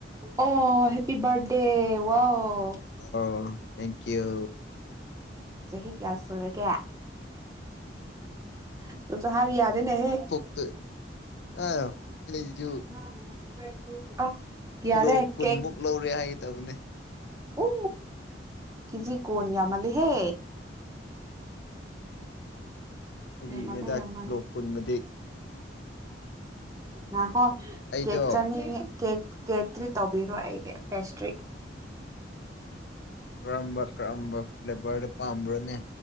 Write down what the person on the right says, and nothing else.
ꯑꯣ ꯍꯦꯄꯤ ꯕꯥ꯭ꯔꯠ ꯗꯦ ꯋꯥꯎ
ꯆꯍꯤ ꯀꯌꯥ ꯁꯨꯔꯒꯦ ꯑꯗꯨꯁꯨ ꯍꯥꯏꯕꯥ ꯌꯥꯗꯦꯅꯦꯍꯦ
<inaudible>
ꯀꯦꯛ
ꯎ ꯀꯤꯖꯤ ꯀꯣꯟ ꯌꯥꯝꯃꯜ ꯂꯤꯍꯦ
ꯌꯥꯝꯃꯜꯂꯦ ꯌꯥꯝꯃꯜꯂꯦ
ꯅꯥꯈꯣ
ꯀꯦꯛ ꯆꯥꯅꯤꯡꯉꯦ ꯀꯦꯛ ꯀꯦꯛ ꯇ꯭ꯔꯤꯠ ꯇꯧꯕꯤꯔꯣ ꯑꯩꯒꯤ ꯄꯦꯁꯇ꯭ꯔꯤꯛ